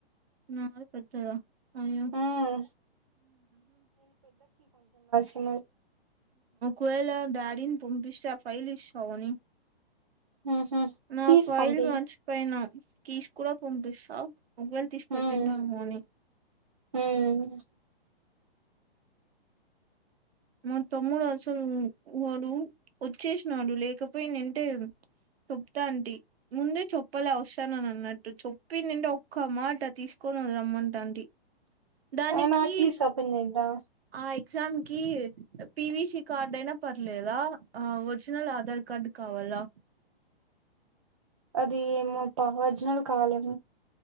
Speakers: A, on the right; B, on the right.
A: న పెద్దద అయ్యో
B: ఉమ్ చి
A: వేలా డాడీని పంపిస్తే ఆ ఫైల్ ఇస్తావుని
B: ఉహు
A: నా
B: కీస్
A: ఫైల్
B: పంపి
A: మర్చిపోన కసు కూడా పంపిస్తా ఉ్లు తీసి పెెట్టింటాను
B: ఉమ్
A: అని
B: ఉమ్
A: మా తమ్ముడు అసలు వాడు వచ్చేసినాడు లేకపోయి నింటే చెప్తా అంటే ముందే చెప్పలే వస్తానని అన్నట్టు చెప్పి నింటే ఒక్క మాట తీసుకోని రమ్మంట అంటంటి దానికి
B: అయినా కీస్ ఓపెన్ చేద్దా
A: ఆ ఎగ్జామ్ కి పివిసి కార్డ్ అయినా పర్లేదా ఒరిజినల్ ఆధార్ కార్డ్ కావాలా
B: అది ఏమో పా ఒరిజినల్ కావాలేమ